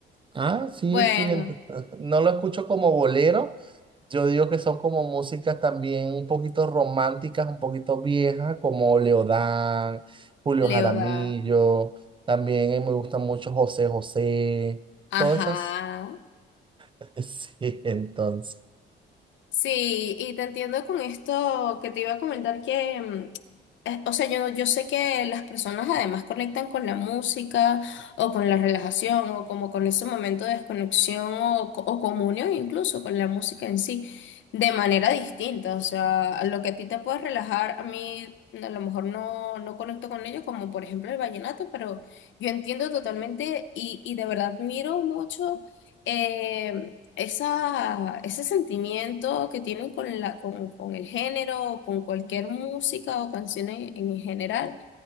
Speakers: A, on the right (about 25°); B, on the left (about 70°).
A: Ah, sí,
B: Bueno,
A: sí. entra. <laughs> No lo escucho como bolero. Yo digo que son como músicas también un poquito románticas, un poquito viejas, como Leodán, Julio
B: Leoda.
A: Jaramillo. También eh, me gusta mucho José José.
B: Ajá.
A: Todas esas. <laughs> Sí, entonces.
B: Sí, y te entiendo con esto que te iba a comentar que mm, eh, O sea, yo, yo sé que las personas además conectan con la música o con la relajación o como con ese momento de desconexión o, co- o comunión incluso con la música en sí de manera distinta. O sea, a lo que a ti te puede relajar, a mí a lo mejor no, no conecto con ello como por ejemplo el vallenato, pero yo entiendo totalmente y, y de verdad admiro mucho eh, esa, ese sentimiento que tienen con la, con, con el género o con cualquier música o canción en, en general.